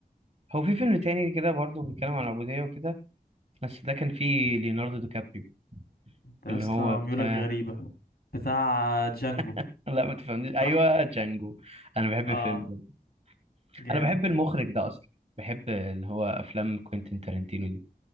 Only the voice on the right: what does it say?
هو في فيلم تاني كده برضه بيتكلم عن العبودية وكده بس ده كان فيه ليوناردو دي كابريو
اللي
هو بتاع
<laughs> لا ما تفهمنيش ايوه
جانجو انا بحب
الفيلم ده
انا بحب المخرج ده اصلا بحب اللي هو افلام كوينتين تارانتينو دي